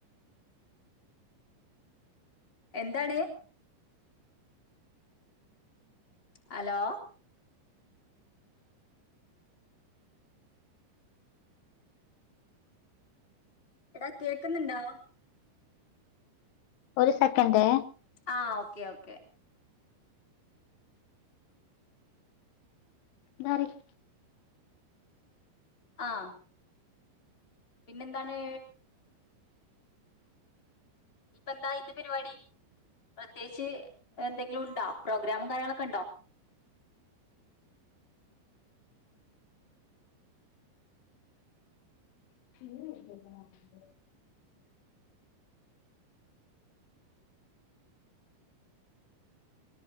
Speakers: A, on the left (about 15°); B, on the left (about 85°).
A: എന്താണ് ഹലോ എടാ കേക്ക്ന്ന്ണ്ടോ
B: ഒരു സെക്കൻഡെ
A: ആഹ് ഓക്കേ ഓക്കേ
B: പറയ്
A: ആഹ് പിന്നെന്താണ് ഇപ്പ എന്താ ഇന്ന് പരിപാടി പ്രത്യേകിച്ച് എന്തെങ്കിലും ഉണ്ടോ പ്രോഗ്രാമും കാര്യങ്ങളൊക്കെ ഉണ്ടോ
B: ഇല്ല <unintelligible>